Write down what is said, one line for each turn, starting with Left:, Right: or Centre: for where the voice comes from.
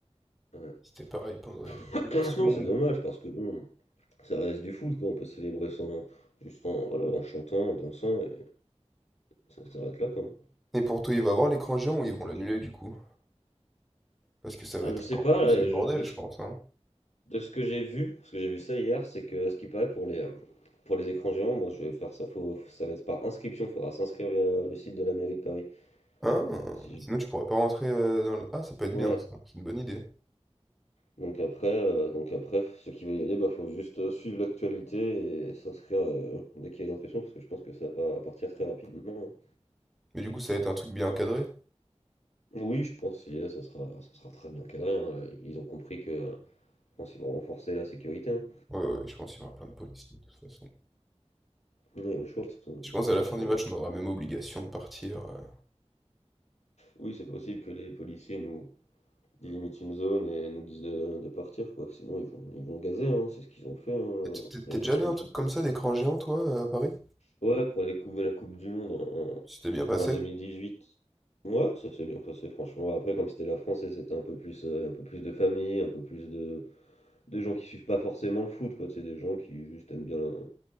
Left: Ouais.
Centre: C'était pareil pendant les
Left: <coughs>
Centre: élections.
Left: <clears throat> Non, c'est dommage parce que bon, ça reste du foot quoi, on peut célébrer sans, juste en, voilà, en chantant, en dansant, et ça s'arrête là quoi.
Centre: Et pour toi, il va avoir l'écran géant
Left: Donc,
Centre: ou ils vont
Left: euh,
Centre: l'annuler
Left: je...
Centre: du coup? Parce que ça va
Left: Ah,
Centre: être
Left: je sais
Centre: encore
Left: pas,
Centre: plus
Left: là,
Centre: le bordel,
Left: je- de ce,
Centre: je pense, hein.
Left: de ce que j'ai vu, parce que j'ai vu ça hier, c'est que ce qui paraît pour les, euh, pour les écrans géants, moi je vais faire ça, faut, ça va être par inscription, faudra s'inscrire via la- le site de la mairie de Paris.
Centre: Ah,
Left: Si je
Centre: sinon
Left: dis.
Centre: tu pourras pas rentrer euh, dans le... Ah, ça peut être
Left: Ouais,
Centre: bien, ça, c'est une bonne idée.
Left: Donc après, euh, donc après, f- ceux qui veulent y aller, bah faut juste euh, suivre l'actualité et s'inscrire euh, dès qu'il y a des inscriptions, parce que je pense que ça va partir très rapidement.
Centre: Mais du coup, ça va être un truc bien encadré.
Left: Oui, je pense que là, ça sera, ça sera très bien cadré. hein, là. Ils ont compris que euh, je pense qu'ils vont renforcer la sécurité. hein.
Centre: Ouais, ouais, ouais, je pense qu'il y aura plein de policiers, de toute façon.
Left: Non, il y a le choix. de toute façon, euh,
Centre: Je pense à
Left: si
Centre: la
Left: tu
Centre: fin
Left: veux.
Centre: du match, on aura même obligation de partir. euh.
Left: Oui, c'est possible que les policiers nous délimitent une zone et nous disent de, de partir, quoi. Sinon, ils vont, ils vont gazer. hein, C'est ce qu'ils ont fait hein,
Centre: T'es t'es- t'es
Left: il y a
Centre: déjà
Left: quelques
Centre: allé à un
Left: jours.
Centre: truc comme ça, d'écran géant, toi, euh, à Paris?
Left: Ouais, pour la coupe, la Coupe du Monde en,
Centre: C'était bien passé?
Left: en- en 2018. Ouais, ça s'est bien passé, franchement. Après, comme c'était la France, et c'était un peu plus, euh, un peu plus de famille, un peu plus de, de gens qui suivent pas forcément le foot, quoi. C'est des gens qui juste aiment bien, euh,